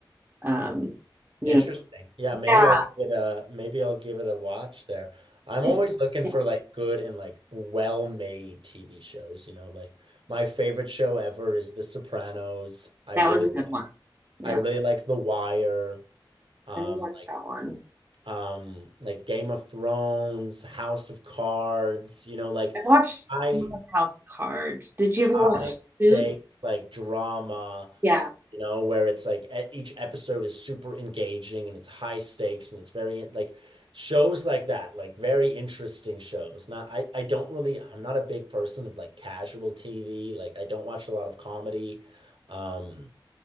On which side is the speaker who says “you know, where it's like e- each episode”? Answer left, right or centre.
Right